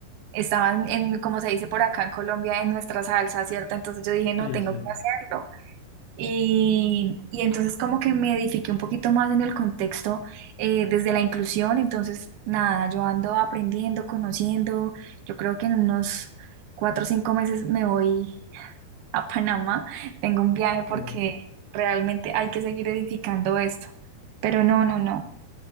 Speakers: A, on the right; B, on the left.
A: estaban en, como se dice por acá en Colombia, en nuestra salsa, ¿cierto? Entonces yo dije, no,
B: Sí,
A: tengo
B: sí.
A: que hacerlo. Y, y entonces como que me edifiqué un poquito más en el contexto eh, desde la inclusión. Entonces, nada, yo ando aprendiendo, conociendo. Yo creo que en unos cuatro o cinco meses me voy a Panamá. Tengo un viaje porque
B: sí.
A: realmente hay que seguir edificando esto. Pero no, no, no.